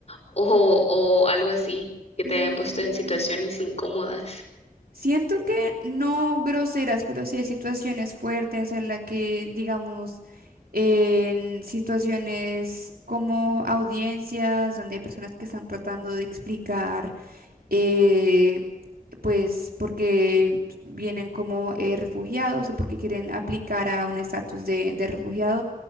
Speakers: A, on the left (about 45°); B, on the right (about 85°).
A: o, o algo así, que te
B: Mm,
A: hayan puesto en situaciones incómodas?
B: Siento que no groseras, pero sí hay situaciones fuertes en las que, digamos, en situaciones como audiencias, donde hay personas que están tratando de explicar, eh, pues, porque vienen como eh, refugiados o porque quieren aplicar a un estatus de, de refugiado,